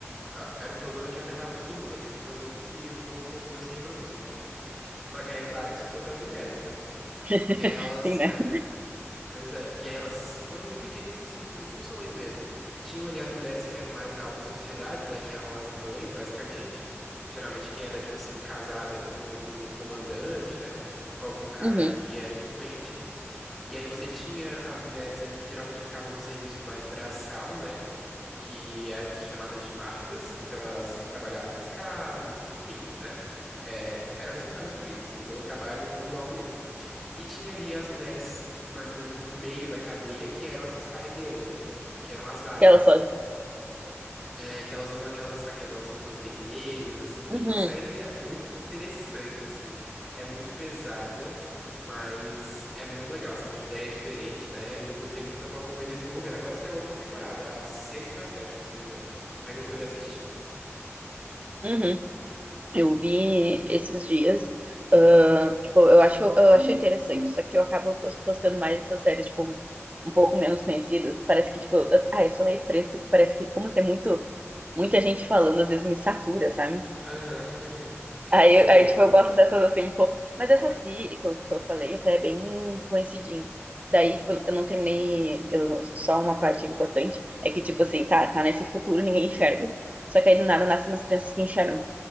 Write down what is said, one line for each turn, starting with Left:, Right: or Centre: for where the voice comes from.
Centre: ah, era um problema que afetava todo mundo, assim, as pessoas não conseguiriam, não conseguiam se reproduzir, né? Só que aí é claro que sobrou pras mulheres, né?
Right: <laughs>
Centre: E aí elas,
Right: Sim, né?
Centre: é, pois é. E aí elas foram divididas assim em funções mesmo. Tinham ali as mulheres que eram mais da alta sociedade, né, que eram as mães, basicamente. Geralmente quem era tipo assim casada com algum comandante, né, com algum cara
Right: Uhum.
Centre: ali que era influente. E aí você tinha as mulheres ali que geralmente ficavam no serviço mais braçal, né, que eram chamadas de martas, então elas que trabalhavam nas casas, que enfim, né? é, eram responsáveis por isso, assim, pelo trabalho manual mesmo. E tinha ali as mulheres mais ou menos do meio da cadeia, que eram essas paredeiras, né? Que eram as aias.
Right: Ela só.
Centre: É, que elas usam aquelas, aquelas roupas vermelhas, assim. Tipo,
Right: Uhum,
Centre: a série é muito interessante, assim. É muito pesada, mas é muito legal, assim. Uma ideia diferente, né? E eu gostei muito da forma como eles desenvolveram. Agora saiu a última temporada, a sexta ou a sétima, se eu não me engano. Ainda tô de assistir.
Right: uhum. Eu vi esses dias. ah, tipo, eu acho, eu acho interessante, só que eu acabo gos- gostando mais dessas séries, tipo, um pouco menos conhecidas. Parece que, tipo, eu- ah, eu sou meio fresca, que parece que como tem muito, muita gente falando, às vezes me satura, sabe?
Centre: Aham, <laughs>
Right: Aí,
Centre: sei.
Right: aí, tipo, eu gosto dessas assim um pouco. Mas essa si, que eu, que eu falei, até é bem coincidinho. Daí, tipo, eu não terminei. Eu, só uma parte importante é que, tipo assim, tá, tá nesse futuro, ninguém enxerga. Só que aí do nada nascem umas crianças que enxergam.